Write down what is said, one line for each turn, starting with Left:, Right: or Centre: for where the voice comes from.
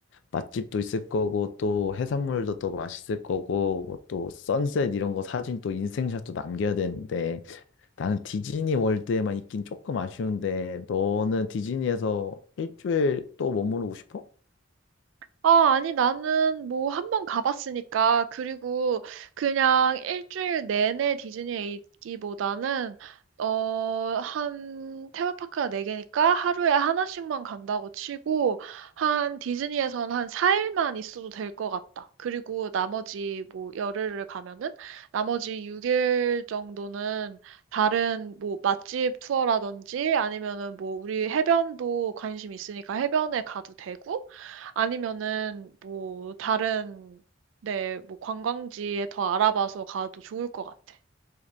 Left: 맛집도 있을 거고, 또 해산물도 또 맛있을 거고, 뭐 또 선셋 이런 거 사진 또 인생샷도 남겨야 되는데, 나는 디즈니 월드에만 있긴 조금 아쉬운데, 너는 디즈니에서 일주일 또 머무르고 싶어?
Right: 아, 아니, 나는 뭐 한 번 가봤으니까, 그리고 그냥 일주일 내내 디즈니에 있기보다는, 어, 한, 테마파크가 네개니까 하루에 하나씩만 간다고 치고, 한, 디즈니에선 한 4일만 있어도 될 것 같다. 그리고 나머지 뭐 열흘을 가면은, 나머지 6일 정도는 다른 뭐 맛집 투어라든지 아니면은 뭐 우리 해변도 관심 있으니까 해변에 가도 되고, 아니면은 뭐 다른 네, 뭐 관광지에 더 알아봐서 가도 좋을 것 같아.